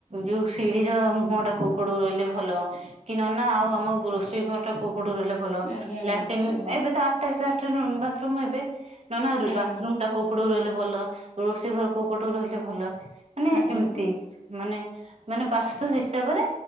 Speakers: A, on the right; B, on the left.
A: ଯୋଉ ସିଢିର ମୁହଁ ଟା କଉ ପଟକୁ ରହିଲେ ଭଲ? କି ନ ନା ଆଉ ଆମ ରୋଷେଇ ଘର ଟା କୋଉ ପଟୁ ରହିଲେ ଭଲ
B: ଆଜ୍ଞା ଆଜ୍ଞା
A: ଲାଟିନ୍
B: ଆଜ୍ଞା
A: ଏବେ ତ ଆଟାଜ ଲାଟିନ୍ ବାଥରୁମ ଏବେ। ନନା
B: ଆଜ୍ଞା
A: ବାଥରୁମ ଟା କୋଉ ପଟକୁ ରହିଲେ ଭଲ ରୋଷେଇ ଘର କୋଉ ପଟକୁ ରହିଲେ ଭଲ? ମାନେ
B: ଆଜ୍ଞା
A: ଏମିତି।
B: ଆଜ୍ଞା
A: ମାନେ ମାନେ ବାସ୍ତୁ ହିସାବରେ